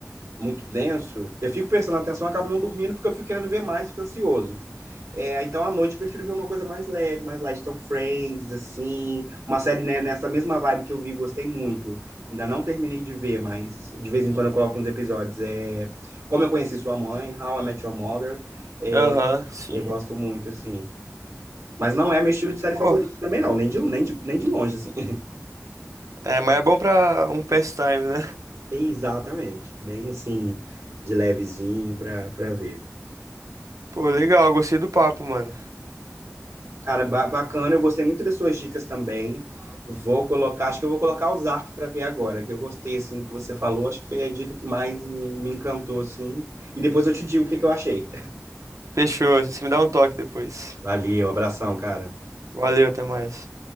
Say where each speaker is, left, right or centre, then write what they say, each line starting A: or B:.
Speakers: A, on the right (about 70°); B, on the right (about 90°).
A: muito denso, eu fico prestando atenção, eu acabo não dormindo porque eu fico querendo ver mais, fico ansioso. É, então, à noite, eu prefiro ver uma coisa mais leve, mais light. Então, Friends, assim, uma série né, nessa mesma vibe que eu vi, gostei muito. Ainda não terminei de ver, mas de vez em quando eu coloco uns episódios. É, Como Eu Conheci Sua Mãe, How I Met Your Mother. É,
B: Aham, sim.
A: eu gosto muito, assim. Mas não é meu estilo de série
B: Pô,
A: favorito também, não. Nem de, nem de, nem de longe, assim. <laughs>
B: é, mas é bom pra um pastime, né?
A: Exatamente. Bem, assim, de levezinho pra, pra ver.
B: Pô, legal, gostei do papo, mano.
A: Cara, ba- bacana, eu gostei muito das suas dicas também. Vou colocar, acho que eu vou colocar Ozark para ver agora, que eu gostei assim do que você falou, acho que foi a dica que mais me, me encantou assim. E depois eu te digo o que que eu achei.
B: Fechou, você me dá um toque depois.
A: Valeu, abração, cara.
B: Valeu, até mais.